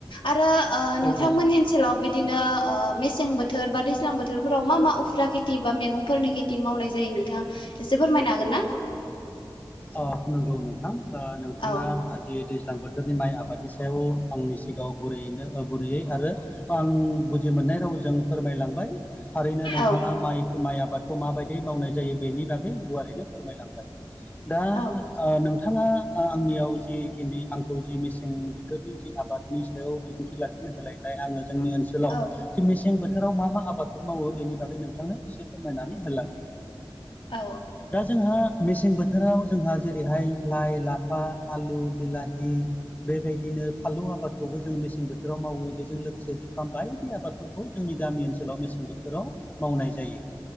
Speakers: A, on the left (about 80°); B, on the left (about 20°).
A: आरो ओ
B: औ
A: नोंथांमोननि
B: औ
A: ओनसोलाव बिदिनो ओ मेसें बोथोर बा दैज्लां बोथोरफोराव मा - मा उफुरा खेथि बा मैगंफोरनि खेथ ति मावनाय जायो नोंथाङा एसे फोरमायनो हागोन ना?
B: अ नंगौ नोंथां ओ नोंथाङा
A: औ
B: जि दैज्लां बोथ थोरनि माइ आबादनि सायाव आंनि सिगाङाव गुरैयैनो ओ गुरैयै आरो आं बुजि मोननाय रावजों फोरमायलांबाय। थारैनो नोंथाङा
A: औ
B: माइ - माइ आबादखौ माबायदि मावनाय जायो बेनि बागै गुवारैनो फोरमायलांबाय। दा आ
A: औ
B: नोंथाङा ओ आंनियाव जिखिनि आंखौ जि मेसें बोथोरनि जि आबाद नि सायाव बिबुंथि लाखिनो होलायनाय आङो जोंनि ओनसोल सोलाव
A: औ
B: मेसें बोथोराव मा-मा आबादफोर मावो बेनि बागै नोंथांनो एसे फोरमायनानै होलांनि
A: औ
B: दा जोंहा मेसें बोथ बोथोराव जोंहा जेरैहाय लाइ, लाफा, आलु, बिलाहि बेबायदिनो फानलु आबादखौबो जों मेसें बोथोराव मावो बेजों लोगोसे जुखाम बायदि आबादफोर जोंनि गामि ओनसोलाव मेसें बोथोराव मावनाय जायो।